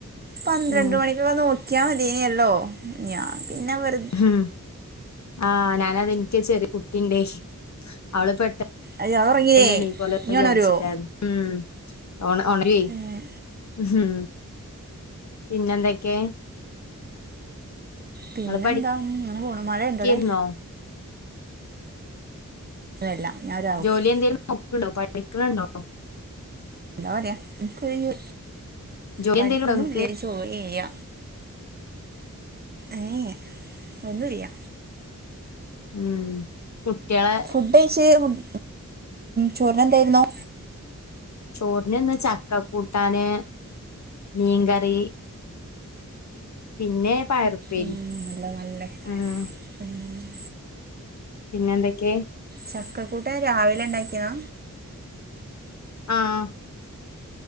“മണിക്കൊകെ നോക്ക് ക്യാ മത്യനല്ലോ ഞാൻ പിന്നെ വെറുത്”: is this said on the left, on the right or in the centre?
Right